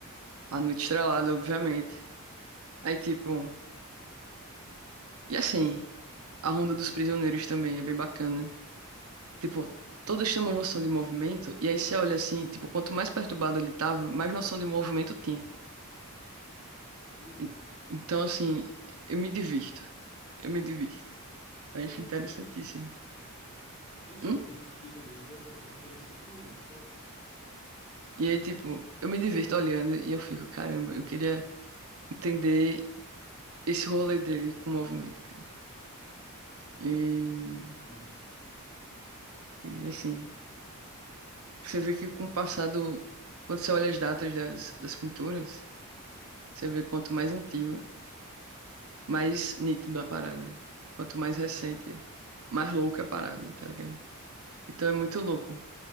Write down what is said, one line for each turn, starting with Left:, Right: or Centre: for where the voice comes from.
Right: A Noite Estrelada, obviamente. Aí, tipo. E assim, a Ronda dos Prisioneiros também é bem bacana. Tipo, todos têm uma noção de movimento. E aí, você olha assim, tipo, quanto mais perturbado ele tava, mais noção de movimento tinha.
Centre: Uhum.
Right: E- Então, assim, eu me divirto. Eu me divirto. Eu
Centre: Não,
Right: acho interessantíssimo.
Centre: tô vendo aqui. Nossa,
Right: Hum?
Centre: a onda dos prisioneiros é, é interessante mesmo, de fato.
Right: E aí, tipo, eu me divirto olhando e eu fico, caramba, eu queria entender esse rolê dele com o movimento, cara. E,
Centre: É, hum,
Right: e assim, você vê que com o passado, quando você olha as datas das, das pinturas, você vê quanto mais antigo, mais nítido a parada. Quanto mais recente, mais louca a parada, tá ligado? Então é muito louco